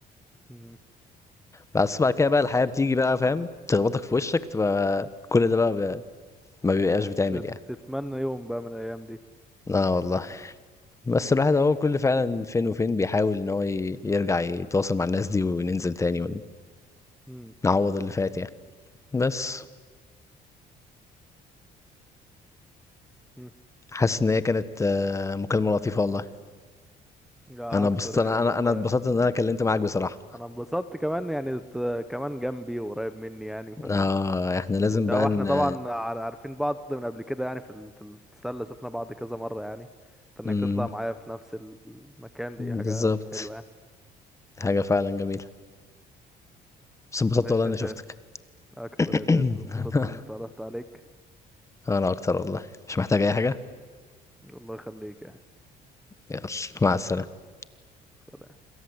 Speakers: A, in the centre; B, on the left (about 15°).
A: مم.
B: بس بعد كده بقى الحياة بتيجي بقى فاهم تخبطك في وشك تبقى كل ده بقى ب- ما بيبقاش بتعمل
A: تت-
B: يعني
A: تتمنى يوم بقى من الايام دي
B: اه والله بس الواحد هو كل فعلا فين وفين بيحاول ان هو ي- يرجع يتواصل مع الناس دي وننزل تاني
A: مم.
B: ونعوض اللي فات يعني بس
A: مم.
B: حاسس ان هي كانت آه، مكالمة لطيفة والله
A: لا
B: انا
A: اكتر
B: اتبسطت انا
A: يعني
B: انا
A: والله
B: انا اتبسطت ان انا كلمت معاك بصراحة
A: انا انبسطت كمان يعني ت- كمان جنبي وقريب مني يعني ف
B: اه احنا لازم
A: وبتاع
B: بقى
A: واحنا
B: ن...
A: طبعا عار- عارفين بعض من قبل كده يعني في ال- في السله شفنا بعض كذا مره يعني فانك
B: مم،
A: تطلع معايا في نفس المكان
B: بالظبط
A: دي حاجه حلوه يعني
B: حاجة فعلا جميلة بس اتبسطت
A: ماشي
B: والله اني
A: يا زياد
B: شفتك
A: اكتر
B: <clears throat>
A: يا زياد انبسطت اني اتعرفت
B: <laughs>
A: عليك
B: <coughs> انا اكتر والله مش محتاج اي حاجة
A: الله يخليك يعني
B: يلا مع السلامة
A: سلام.